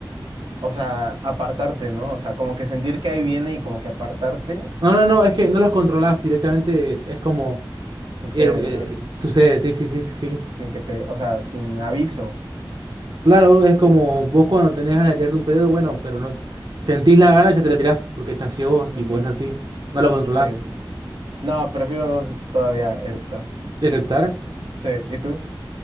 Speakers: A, on the right; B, on the right.
A: o sea, apartarte, ¿no? O sea, como que sentir que ahí viene y como que apartarte
B: No, no, no, es que no los controlás directamente, es como,
A: sucede,
B: eru- eh,
A: nada más.
B: sucede, sí, sí, sí, sí. sí.
A: Sin que te, o sea, sin aviso.
B: Claro, es como vos cuando tenés ganas de tirarte un pedo, bueno, pero no sentís la gana, ya te la tirás, porque ya llegó, tipo,
A: Ujú,
B: es así. No lo controlás.
A: Sí. No, prefiero s- todavía eruptar.
B: ¿Erectar?
A: Sí, ¿y tú?